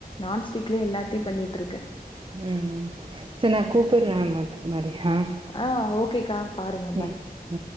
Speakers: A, on the left; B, on the right.
A: நான்ஸ்டிக்லயே எல்லாத்தையு பண்ணிட்டு இருக்கே
B: ம் சரி நா கூப்பிடுறே மது குமாரி ஆ
A: ஆ ஓகேக்கா பாருங்க பாய்
B: ம் ம்